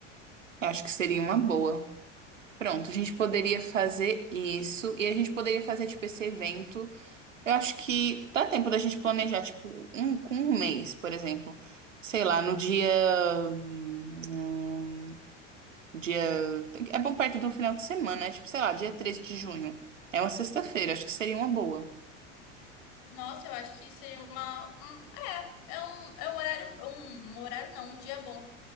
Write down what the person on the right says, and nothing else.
Acho que seria uma boa. Pronto, a gente poderia fazer isso e a gente poderia fazer, tipo, esse evento. Eu acho que dá tempo da gente planejar, tipo, um com um mês, por exemplo. Sei lá, no dia. hum, Dia. tem que- É bom perto do final de semana, né? Tipo, sei lá, dia 13 de junho. É uma sexta-feira, acho que seria uma boa.